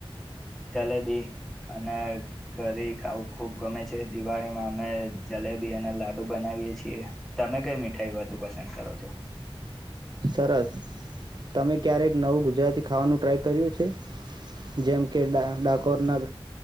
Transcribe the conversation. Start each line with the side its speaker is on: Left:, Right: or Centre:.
Centre: જલેબી અને ઘરી ખાવું ખૂબ ગમે છે દિવાળીમાં અમે જલેબી અને લાડુ બનાવીએ છીએ તમે કઈ મીઠાઈ વધુ પસંદ કરો છો.
Right: સરસ તમે ક્યારેક નવું ગુજરાતી ખાવાનું ટ્રાય કર્યું છે જેમ કે ડાકોરના